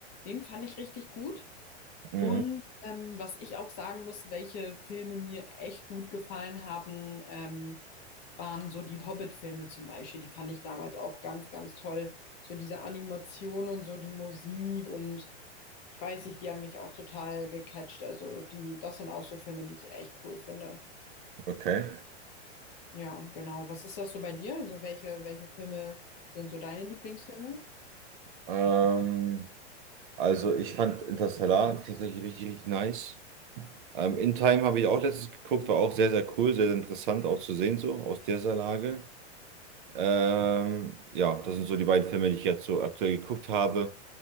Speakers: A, on the left; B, on the right.
A: den fand ich richtig gut.
B: mhm,
A: Und ähm, was ich auch sagen muss, welche Filme mir echt gut gefallen haben, ähm, waren so die Hobbit-Filme zum Beispiel. Die fand ich damals auch ganz, ganz toll. So diese Animation und so die Musik und ich weiß nicht, die haben mich auch total gecatcht. Also die, das sind auch so Filme, die ich echt cool finde.
B: okay.
A: Ja, genau. Was ist das so bei dir? Also welche, welche Filme sind so deine Lieblingsfilme?
B: Ähm, also ich fand Interstellar tatsächlich richtig, richtig nice. Ähm, In Time habe ich auch letztens geguckt, war auch sehr, sehr cool, sehr, sehr interessant auch zu sehen, so aus dieser Lage. Ähm, ja, das sind so die beiden Filme, die ich jetzt so aktuell geguckt habe.